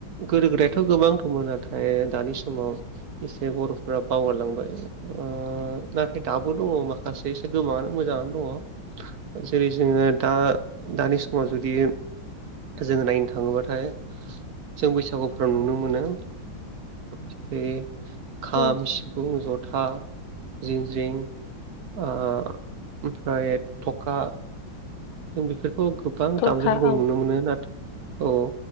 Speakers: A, on the right (about 60°); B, on the left (about 80°).
A: गोदो गोदायाथ' गोबां दंमोन नाथाय दानि समाव एसे बर'फोरा बावगारलांबाय। ओ नाथाय दाबो दङ माखासे एसे गोमाङानो मोजाङानो दङ। जेरै जोङो दा दानि स माव जुदि जोङो नायनो थाङोबाथाय जों बैसागुफ्राव नुनो मोनो जेरै- खाम
B: औ
A: सिफुं, जथा, जिनज्रिं ओ ओमफ्राय थखा जों बेफोरखौ गोबां
B: थरखा
A: दामजुफोरखौ
B: औ
A: नुनो मोनो ना औ।